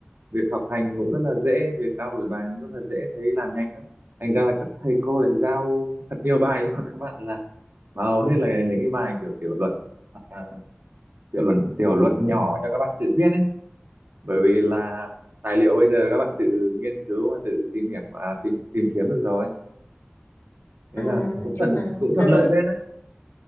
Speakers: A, on the right; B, on the left.
A: việc học hành cũng rất là dễ việc trao đổi bài cũng rất là dễ thấy làm nhanh lắm thành ra là các thầy cô lại giao thật nhiều bài cho các bạn là mà hầu hết là những cái bài kiểu tiểu luận hoặc là tiểu luận tiểu luận nhỏ cho các bạn tự viết ấy bởi vì là tài liệu bây giờ các bạn tự nghiên cứu và tự tìm hiểu à, tìm tìm kiếm được rồi thế
B: à,
A: là
B: nói
A: cũng
B: chung
A: thuận
B: là
A: cũng
B: giờ
A: thuận lợi phết đấy